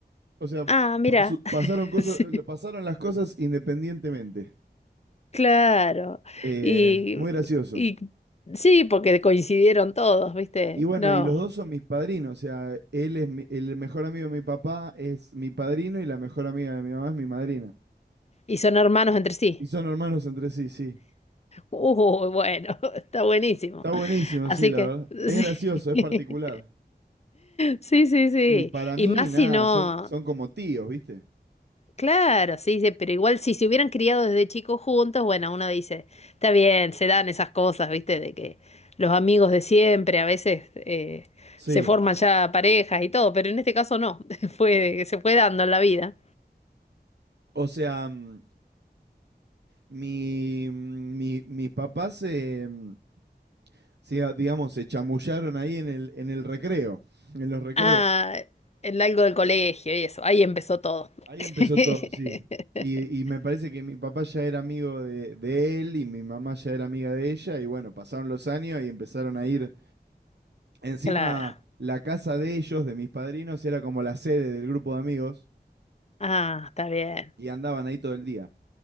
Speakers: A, on the right (about 80°); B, on the left (about 40°).
A: O sea,
B: Ah, mira,
A: pa- su-
B: <laughs>
A: pasaron cosas,
B: sí,
A: pasaron las cosas independientemente.
B: claro.
A: Eh,
B: Y,
A: muy gracioso.
B: y sí, porque coincidieron todos, ¿viste?
A: Y bueno,
B: No.
A: y los dos son mis padrinos, o sea, él es mi- el mejor amigo de mi papá es mi padrino y la mejor amiga de mi mamá es mi madrina.
B: Y son hermanos entre sí.
A: Y son hermanos entre sí, sí.
B: Uh, bueno, <laughs> está buenísimo.
A: Está buenísimo,
B: Así
A: sí, la
B: que,
A: verdad. Es gracioso, es
B: sí.
A: particular.
B: <laughs> Sí, sí, sí.
A: Y para mí,
B: Y más
A: nada,
B: si no.
A: son, son como tíos, ¿viste?
B: Claro, sí, sí, pero igual si se hubieran criado desde chicos juntos, bueno, uno dice, está bien, se dan esas cosas, ¿viste? De que los amigos de siempre a veces eh,
A: Sí.
B: se forman ya parejas y todo, pero en este caso no, <laughs> fue, se fue dando en la vida.
A: O sea, mm, mi, mm, mi- mis papás se, mm, se, digamos, se chamullaron ahí en el, en el recreo, en los recreos.
B: Ah, en algo del colegio y eso, ahí empezó todo.
A: Ahí empezó
B: <laughs>
A: todo, sí. Y, y me parece que mi papá ya era amigo de, de él y mi mamá ya era amiga de ella y bueno, pasaron los años y empezaron a ir. Encima,
B: Claro.
A: la casa de ellos, de mis padrinos, era como la sede del grupo de amigos
B: Ah, está bien,
A: y andaban ahí todo el día.